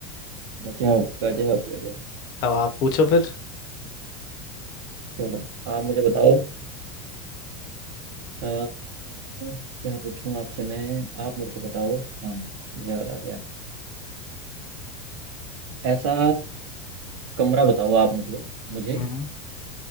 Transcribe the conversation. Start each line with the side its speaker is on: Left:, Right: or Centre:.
Right: गजब गजब गजब
Left: अब आप पूछो फिर
Right: चलो आप मुझे बताओ अ, क्या पूछूं आपसे मैं आप मेरे को बताओ हाँ याद आ गया ऐसा कमरा बताओ आप मुझे मुझे
Left: हम्म,